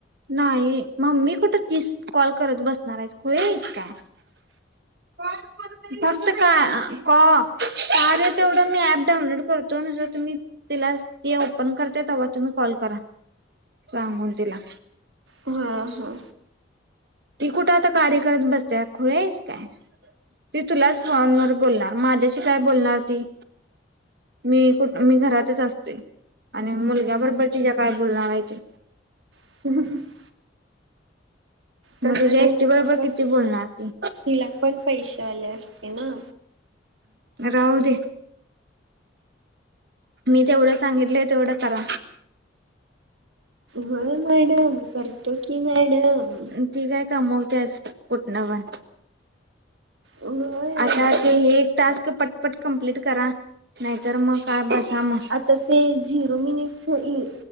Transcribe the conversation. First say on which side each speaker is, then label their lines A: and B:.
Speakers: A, on the right; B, on the right.
A: नाही मम्मी कुठं तीस कॉल करत बसणार हाईस खुळी हाईस काय? काय म मी फक्त का कॉ कार्या तेवढं मी ऍप डाउनलोड करतो न जर तुम्ही तिलास ती ओपन करते तवा तुम्ही कॉल करा सांगून तिला
B: हा हा
A: ती कुठ आता कार्य करत बसते खुळी हाईस काय? ती तुलाच फोनवर बोलणार माझ्याशी काय बोलणार ती मी कुठ मी घरातच असतोय आणि मुलग्याकड बय तिज्या काय बोलणार हाय ती
B: <inaudible> तसं
A: म तुझ्या
B: नाही
A: एकटी
B: तिला
A: बरोबर
B: पण
A: किती बोलणार ती
B: तिला पण पैसे आले असते ना?
A: राहू दे. मी तेवढं सांगितलय तेवढं करा.
B: व्हय मॅडम करतो की मॅडम
A: अनं ती काय कमवतेस कुटन पण
B: व्हय.
A: आता ते हे एक टास्क पटपट कम्प्लिट करा नाहीतर मग काय बसा म
B: आता ते झिरो मिनिटच इ